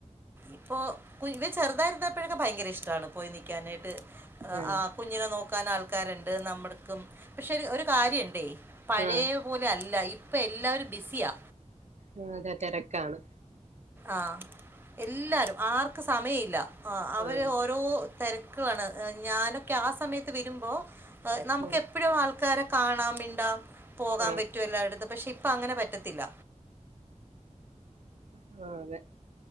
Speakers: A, on the right; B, on the right.
A: ഇപ്പോ ഒ പിന്നെ ചെറുതായി ര്ന്നപ്പോഴൊക്കെ ഭയങ്കര ഇഷ്ടാണ് പോയി നിക്കാനായിട്ട് അ
B: ആ
A: ആഹ് കുഞ്ഞിനെ നോക്കാനാൾ ക്കാര്ണ്ട് നമ്മൾക്കും പക്ഷെരു ഒരു കാര്യണ്ട് പഴേ
B: ആ ആ
A: പോലല്ല ഇപ്പെല്ലാവരും ബിസിയാ
B: ആഹ് അതെ തെരക്കാണ്
A: ആഹ് എല്ലാരും ആർക്ക് സമയല്ല ആഹ് അ അവര്
B: ആ
A: ഓരോ തെര ക്കണ് ഞാനൊക്കെ ആ സമയത്ത് വര്മ്പോ നമുക്കെപ്പൊഴും
B: ആ
A: ആൾക്കാരെ കാണാം മിണ്ടാം പോകാൻ
B: ആ
A: പറ്റും എല്ലായിടത്തും പക്ഷെ ഇപ്പങ്ങനെ പറ്റത്തില്ല
B: ആഹ് അതെ